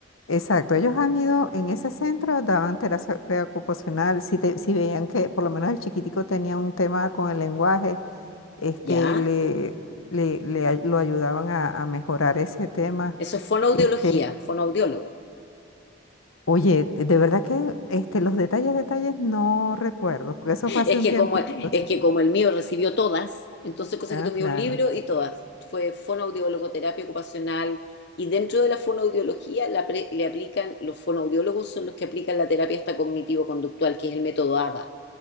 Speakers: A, on the left; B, on the left.
A: exacto. Ellos han ido en ese centro, daban terapia ocupacional, si, te- si veían que por lo menos el chiquitico tenía un tema con el lenguaje, este,
B: ¿Ya?
A: le, le, le ay- lo ayudaban a, a mejorar ese tema.
B: Eso es fonoaudiología,
A: Este,
B: fonoaudiólogo.
A: oye, de de verdad que este, los detalles, detalles no recuerdo, porque eso fue hace
B: Es
A: un
B: que
A: tiempito.
B: como, es
A: sí.
B: que como el mío recibió todas, entonces cosa
A: Ah,
B: que tomé
A: claro.
B: un libro y todas. Fue fonoaudiólogo, terapia ocupacional, y dentro de la fonoaudiología la pre- le aplican, los fonoaudiólogos son los que aplican la terapia hasta cognitivo-conductual, que es el método ABA